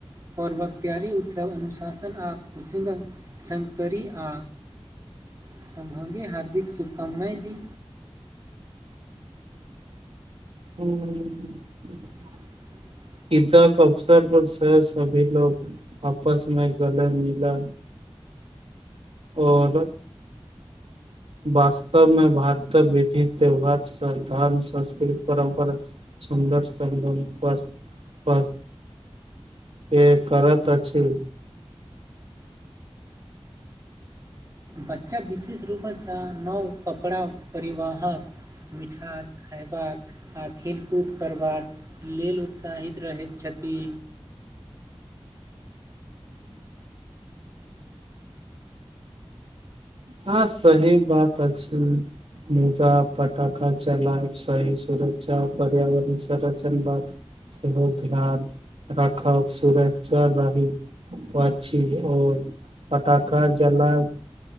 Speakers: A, on the right; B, on the right.
A: पर्वत त्यारी उत्सव अनुशासन आ कुशिंग शंकरी आ समभगे हार्दिक शुभकामनाय दी
B: हूंम्म <inaudible>
A: <inaudible>
B: इदक अवसर पर सेहो सभी लोग आपस मे गले मिलल ओर वास्तवमे भारत विधि त्यौहार धर्म संस्कृति परम्परा सुन्दर स ब ब <unintelligible> के करत अछि
A: बच्चा विशेष रूप सँ नव कपड़ा परिवाहक मिठास खायबाक आ खेलकूद करबाक लेल उत्साहित रहैत छथि
B: हँ सही बात अछि निजा फटाका चला सही सुर्षा पर्यावरण संरचण बात सेहो ध्यान राखब सुरक्षा बारी ओ अछी ओ पटाका जला